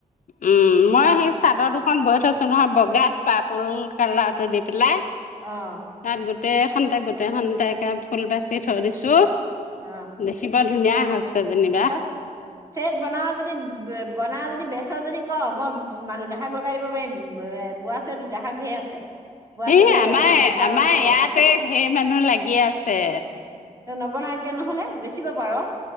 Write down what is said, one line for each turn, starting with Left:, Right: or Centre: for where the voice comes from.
Left: উম, মই সেই চাদৰ দুখন বৈ থৈছোঁ নহয় বগাত পাৰপল কালাৰটো দি পেলাই।
Right: অ'।
Left: তাত গোটেইখনতে গোটেইখনতে ফুল বাচি থৈ দিছোঁ।
Right: অ
Left: দেখ কিবা ধুনীয়া হৈছে যেনিবা।
Right: তাত চেট বনাও যদি বনাও যদি বেচ যদি ক মই মানুহ গ্ৰাহক লগাই দিব পাৰিম। বে এ বোৱা চেট গ্ৰাহক ধেৰ আছে। বোৱা
Left: হেই
Right: চেট লাগে
Left: আমাৰ
Right: গোটা
Left: আমাৰ
Right: বচাকে
Left: ইয়াতে ধেৰ মানুহ লাগি আছে।
Right: তই নবনাও কিয় নহ'লে, বেচিব পাৰ।